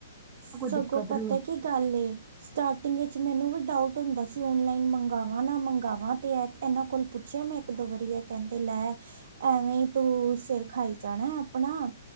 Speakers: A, on the right; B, on the right.
A: ਸਗੋਂ
B: ਦਿੱਕਤ
A: ਪਤਾ
B: ਨੀ ਹੁੰਦੀ,
A: ਕੀ ਗੱਲ ਏ ਸਟਾਰਟਿੰਗ ਵਿੱਚ ਮੈਨੂੰ ਵੀ ਡਾਊਟ ਹੁੰਦਾ ਸੀ ਔਨਲਾਈਨ ਮੰਗਾਵਾਂ ਨਾ ਮੰਗਾਵਾਂ ਤੇ ਇਹਨਾਂ ਕੋਲ ਪੁੱਛਿਆ ਮੈਂ ਇੱਕ, ਦੋ ਵਰੀ ਇਹ ਕਹਿੰਦੇ ਲੈ ਐਵੇਂ ਹੀ ਤੂੰ ਸਿਰ ਖਾਈ ਜਾਣਾ ਆਪਣਾ